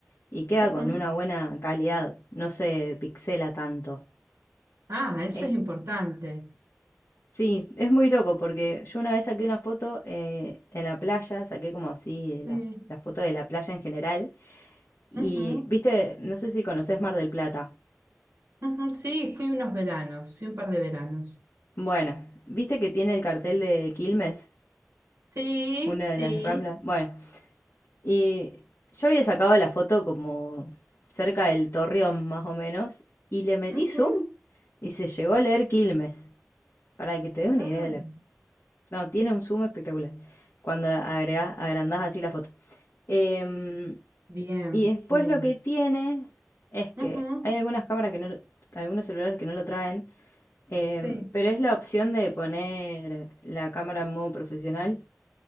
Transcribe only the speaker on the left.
y queda
con una buena calidad, no se pixela tanto.
Eh,
sí, es muy loco porque yo una vez saqué una foto eh, en la playa, saqué como así
la, la foto de la playa en general Y,
viste, no sé si conoces Mar del Plata.
Bueno, viste que tiene el cartel de Quilmes,
una
de las ramblas. Bueno, y yo había sacado la foto como cerca del Torreón, más o menos, y le metí
zoom y se llegó a leer Quilmes. Para que te des
una idea de la. No, tiene un zoom espectacular cuando agregás, agrandás así la foto. Em,
y después
lo que tiene es que
hay algunas cámaras que no, algunos celulares que no lo traen, Em,
pero es la opción de poner la cámara en modo profesional.